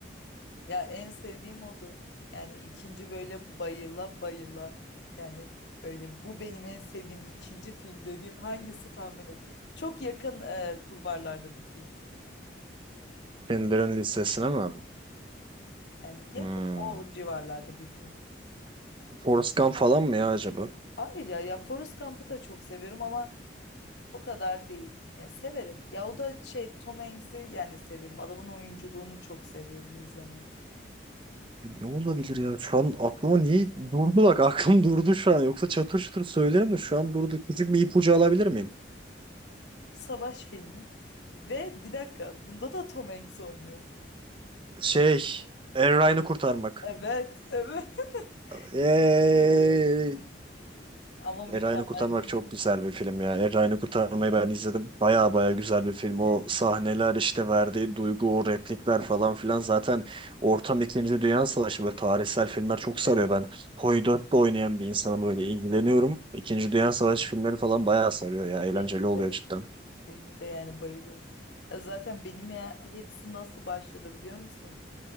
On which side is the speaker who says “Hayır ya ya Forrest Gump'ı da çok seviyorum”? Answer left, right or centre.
Left